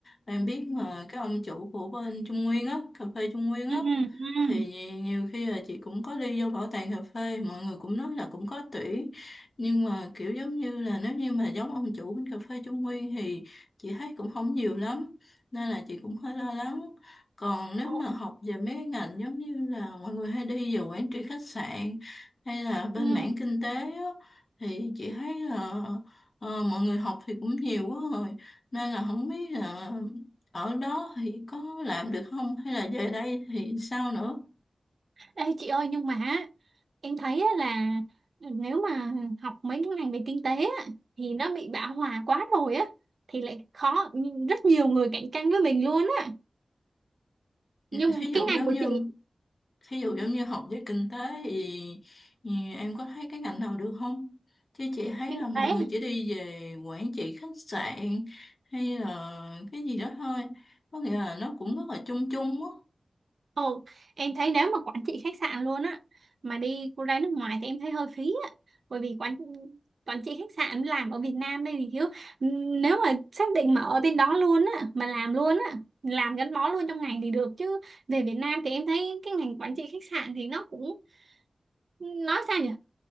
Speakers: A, on the left; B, on the right.
A: em biết mà cái ông chủ của bên Trung Nguyên á cà phê Trung Nguyên
B: Ừ
A: á
B: ừ.
A: thì nhi- nhiều khi là chị cũng có đi vô bảo tàng cà phê mọi người cũng nói là cũng có tuyển nhưng mà kiểu giống như là nếu như mà giống ông chủ bên cà phê Trung Nguyên thì chị thấy cũng không nhiều lắm nên là chị cũng hơi lo lắng còn nếu
B: Ồ,
A: mà học về mấy cái ngành giống như là mọi người hay đi về quản trị khách sạn hay là bên
B: ừ.
A: mảng kinh tế á, thì chị thấy là ờ, mọi người học thì cũng nhiều quá rồi nên là không biết là ở đó thì có làm được không hay là về đây thì sao nữa
B: Ê chị ơi nhưng mà á, em thấy á là nếu mà học mấy cái ngành về kinh tế á, thì nó bị bão hòa quá rồi á thì lại khó rất nhiều người cạnh tranh với mình luôn á nhưng
A: thí dụ
B: cái ngành
A: giống
B: của
A: như
B: chị
A: thí dụ giống như học về kinh tế thì, thì em có thấy cái ngành nào được không chứ chị thấy
B: kinh
A: là mọi
B: tế
A: người chỉ đi về quản trị khách sạn hay là cái gì đó thôi có nghĩa là nó cũng rất là chung chung
B: Ồ, em thấy nếu mà quản trị khách sạn luôn á mà đi cô ra nước ngoài thì em thấy hơi phí á bởi vì quản quản trị khách sạn làm ở Việt Nam đây thì thiếu Ừm, nếu mà xác định mà ở bên đó luôn á mà làm luôn á làm gắn bó luôn trong ngành thì được chứ về Việt Nam thì em thấy cái ngành quản trị khách sạn thì nó cũng nói sao nhỉ